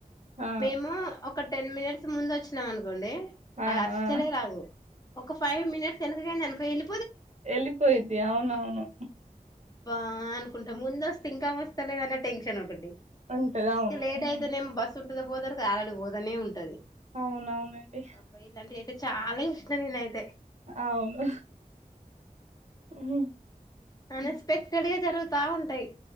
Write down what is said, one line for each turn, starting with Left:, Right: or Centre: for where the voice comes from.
Right: ఆ
Left: మేము ఒక టెన్ మినిట్స్ ముందు వచ్చినా అనుకు కొండి
Right: ఆ
Left: అది అస్సలే
Right: ఆ
Left: రాదు ఒక ఫైవ్ మినిట్స్ వెనుకను పేలు
Right: వెళ్ళిపోయింది అవునవును
Left: బా అనుకుంటా ముంద వస్తే ఇంకా వ నచ్చలేదన్న టెన్షన్ ఒకటి
Right: ఉంటది అవును
Left: ఇక లేట్
Right: హ్మ్.
Left: అయితదేమో బస్ ఉంటుందా పోదరక ఆలాడి పోదనే ఉంటది
Right: అవునవునండి
Left: బబ్బాయి ఇలాంటి అయితే చాలా ఇష్ అయితే
Right: అవును హ్మ్.
Left: అనెక్స్పెక్టెడ్
Right: హ్మ్.
Left: గా జరుగు బాగుంటాయ్